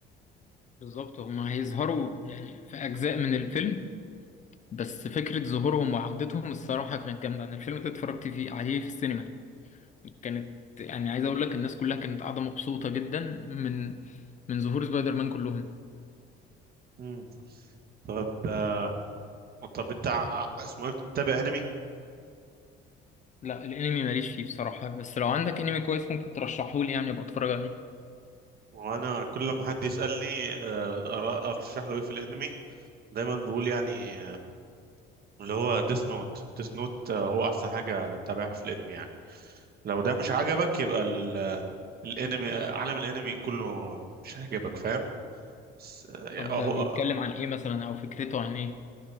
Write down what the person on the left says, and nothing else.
بالظبط هم هيظهروا يعني في اجزاء من الفيلم بس فكره ظهورهم وعودتهم الصراحه كانت جامده انا الفيلم ده اتفرجت فيه عليه في السينما كانت يعني عايز اقول لك الناس كلها كانت قاعده مبسوطه جدا من من ظهور سبايدر مان كلهم
لا الانمي ماليش فيه بصراحه بس لو عندك انمي كويس ممكن ترشحه لي يعني ابقى اتفرج عليه
طب
ده بيتكلم عن ايه مثلا او فكرته عن ايه